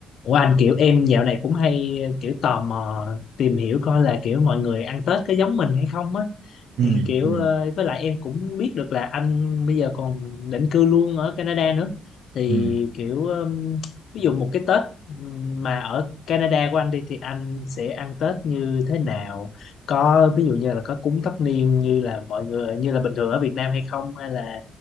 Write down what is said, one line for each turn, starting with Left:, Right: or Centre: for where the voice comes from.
Left: Ủa anh kiểu em dạo này cũng hay kiểu tò mò tìm hiểu coi là kiểu mọi người ăn Tết có giống mình hay không á <laughs>
Right: ừ
Left: thì kiểu
Right: ừ
Left: ờ, với lại em cũng biết được là anh bây giờ còn định cư luôn ở Canada nữa thì
Right: ừ
Left: kiểu ừm, ví dụ một cái Tết ừm, mà ở Canada của anh đi thì anh sẽ ăn Tết như thế nào có ví dụ như là có cúng tất niên như là mọi người như là bình thường ở Việt Nam hay không hay là